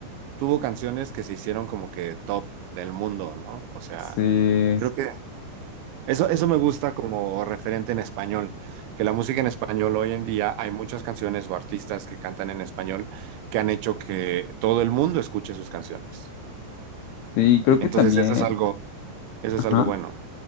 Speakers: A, on the right; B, on the left.
A: tuvo canciones que se hicieron como que top del mundo, ¿no? O sea,
B: Sí,
A: creo que Eso, eso me gusta como referente en español, que la música en español hoy en día hay muchas canciones o artistas que cantan en español que han hecho que todo el mundo escuche sus canciones.
B: sí, creo que
A: Entonces,
B: también.
A: eso es algo, eso
B: Ajá.
A: es algo bueno.